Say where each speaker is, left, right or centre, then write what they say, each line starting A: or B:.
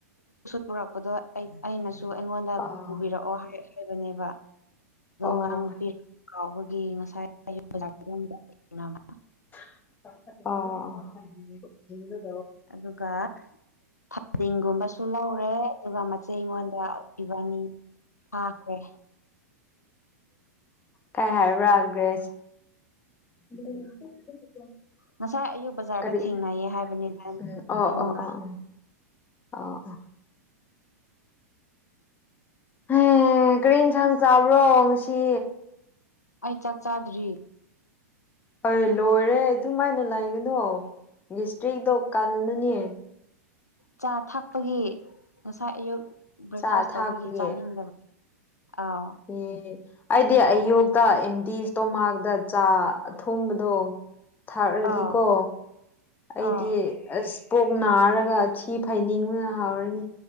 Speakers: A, on the left; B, on the left.
A: ꯄꯨꯔꯛꯄꯗꯣ ꯑꯩꯅꯁꯨ ꯁꯨ ꯑꯩꯉꯣꯟꯗ
B: ꯑꯣ
A: ꯄꯨꯕꯤꯔꯛꯑꯣ ꯍꯥꯏ ꯍꯥꯏꯕꯅꯦꯕ ꯑꯗꯣ
B: ꯑꯣ
A: ꯉꯔꯥꯡ ꯄꯤꯔꯛ ꯐꯥꯎꯕꯒꯤ ꯉꯁꯥꯏꯦꯡꯅꯕ
B: ꯑ
A: ꯑꯗꯨꯒ ꯊꯥꯗꯤꯡꯒꯨꯝꯕꯁꯨ ꯂꯧꯔꯦ ꯑꯗꯨꯒ ꯃꯆꯦ ꯑꯩꯉꯣꯟꯗ ꯏꯕꯥꯅꯤ ꯑ ꯍꯦ
B: ꯀꯥꯏ ꯍꯥꯏꯕ꯭ꯔꯒ꯭ꯔꯦꯁ ꯎꯝ
A: ꯉꯁꯥꯏ ꯑꯌꯨꯛ ꯕꯖꯥꯔꯗ
B: ꯀꯔꯤ
A: ꯊꯦꯡꯅꯩꯌꯦ ꯍꯥꯏꯕꯅꯤꯗ
B: ꯎꯝ ꯑꯣ
A: ꯐꯨꯡꯒ
B: ꯑꯣ ꯑꯣ ꯑ ꯑ ꯍ ꯀꯔꯤꯦꯟꯟꯁꯥꯡ ꯆꯥꯕ꯭ꯔꯣ ꯉꯁꯤ
A: ꯑꯩ ꯆꯥꯛ ꯆꯥꯗ꯭ꯔꯤ
B: ꯑꯩ ꯂꯣꯏꯔꯦ ꯑꯗꯨꯝꯃꯥꯏꯅ ꯂꯥꯛꯒꯅꯣ ꯁꯇ꯭ꯔꯤꯛꯇꯣ ꯀꯜꯂꯅꯦ
A: ꯆꯥ ꯊꯥꯛꯄꯒꯤ ꯉꯁꯥꯏ ꯑꯌꯨꯛ ꯕ꯭ꯔꯦꯛꯐꯥꯁ
B: ꯆꯥ ꯊꯥꯛꯄꯒꯤ
A: ꯇꯧꯕꯒꯤ ꯆꯥꯅꯤꯡꯗꯕ ꯑꯥꯎ
B: ꯑꯦ ꯑꯩꯗꯤ ꯑꯌꯣ ꯇ ꯏꯟꯗꯤꯁ ꯇꯣꯃꯥꯛꯇ ꯆꯥ ꯑꯊꯨꯝꯕꯗꯣ ꯊꯥꯥꯛꯔꯗꯤꯀꯣ
A: ꯑꯥꯎ
B: ꯑꯩꯗꯤ
A: ꯑꯥꯎ
B: ꯑꯁ ꯄꯣꯛ ꯅꯥꯔꯒ ꯊꯤ ꯐꯩꯅꯤꯡꯕꯅ ꯍꯥꯎꯔꯅꯤ